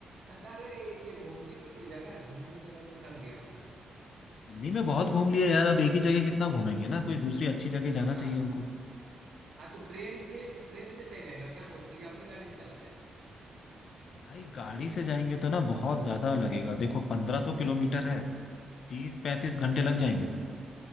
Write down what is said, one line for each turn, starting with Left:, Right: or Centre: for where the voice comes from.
Right: मैं कह रहे ये घूमने की कोई जगह है घूम घूम के मैं तो थक गया हूँ
Left: दिल्ली में बहुत घूम लिया यार अब एक ही जगह कितना घूमेंगे ना कोई दूसरी अच्छी जगह जाना
Right: हाँ
Left: चाहिए हमको
Right: हाँ तो ट्रेन से ट्रेन से सही रहेगा क्या बोलते हैं या अपनी गाड़ी से चला जाए
Left: भाई गाड़ी से जाएंगे तो ना बहुत ज्यादा लगेगा देखो पंद्रह सौ किलोमीटर है तीस पैंतीस घंटे लग जाएंगे